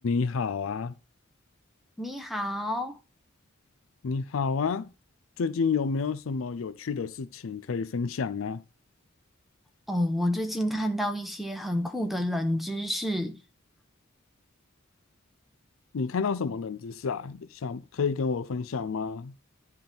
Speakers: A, on the left (about 70°); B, in the centre.
A: 你好啊，
B: 你好，
A: 你好啊，最近有没有什么有趣的事情可以分享啊？
B: 哦，我最近看到一些很酷的冷知识
A: 你看到什么冷知识啊？想可以跟我分享吗？